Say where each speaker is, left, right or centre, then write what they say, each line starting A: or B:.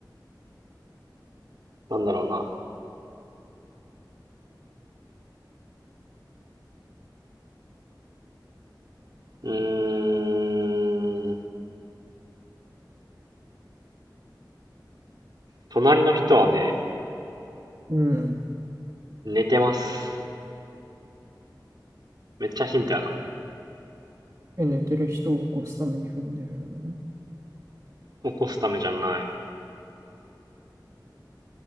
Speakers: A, on the right; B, on the right.
A: なんだろうな、うーん。隣の人はね、
B: うん。
A: 寝てます。めっちゃヒントやな。
B: え、寝てる人を起こすために踏んでるの
A: 起こすためじゃない。